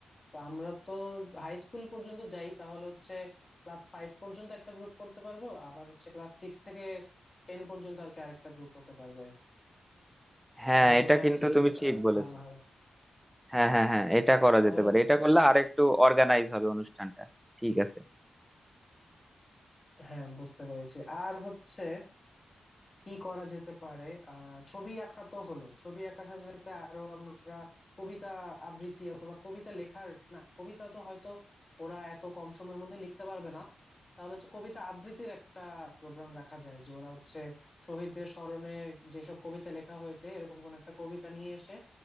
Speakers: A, on the left (about 45°); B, in the centre.
A: তো আমরা তো হাই স্কুল পর্যন্ত যাই তাহলে হচ্ছে ক্লাস ফাইভ পর্যন্ত একটা গ্রুপ করতে পারবো আবার হচ্ছে ক্লাস সিক্স থেকে টেন পর্যন্ত আর কি আরেকটা গ্রুপ হতে পারবে
B: হ্যাঁ
A: তাহলে
B: এটা
A: মনে হয়
B: কিন্তু
A: আর কি
B: তুমি ঠিক
A: আহ
B: বলেছো
A: ভালো হয়
B: হ্যাঁ হ্যাঁ হ্যাঁ এটা করা
A: তাহলে
B: যেতে পারে এটা করলে আরেকটু অর্গানাইজ হবে অনুষ্ঠানটা ঠিক আছে
A: হ্যাঁ বুঝতে পেরেছি আর হচ্ছে কি করা যেতে পারে আহ ছবি আঁকা তো হলো ছবি আঁকার সাথে সাথে আরো আমরা কবিতা আবৃত্তি অথবা কবিতা লেখার না কবিতা তো হয়তো ওরা এত কম সময়ের মধ্যে লিখতে পারবে না তাহলে হচ্ছে কবিতা আবৃত্তির একটা প্রোগ্রাম রাখা যায় যে ওরা হচ্ছে শহীদদের স্মরণে যেসব কবিতা লেখা হয়েছে এরকম কোন একটা কবিতা নিয়ে এসে